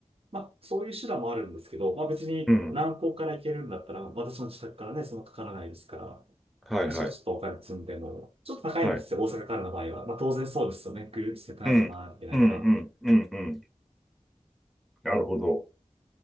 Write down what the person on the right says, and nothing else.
まあ、そういう手段もあるんですけど、まあ別に南港から行けるんだったら、
私の自宅からね、そんなかからないですから、
私はちょっとお金積んでも、ちょっと高いんですよ、
大阪からの場合は。まあ当然そうですよね。ぐるーっとしててないか回ってないから。